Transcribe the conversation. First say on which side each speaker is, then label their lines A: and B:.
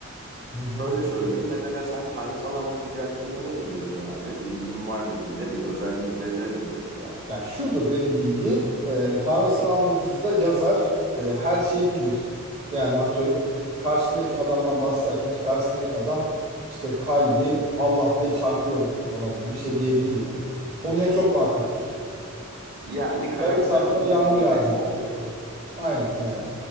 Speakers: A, on the right; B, on the right.
A: Hı hı.
B: Şöyle söyleyeyim mesela sen tanrısal anlatıcı hakkında ne biliyorsun abi? İlgin var dedin. Nedir? Özellikleri nedir mesela?
A: Ya şudur benim bildiğim e, tanrısal anlatıcıda yazar e, her şeyi bilir. Yani atıyorum karşındaki adamdan bahsederken işte karşısındaki adam işte kalbi Allah diye çarpıyordu falan gibi bir şey diyebilir yani. Konuya çok vakıftır.
B: Yani karakterlerin
A: Yarım saat sonra yağmur
B: zihinlerini
A: yağacak.
B: okuyabilir.
A: Aynen yani.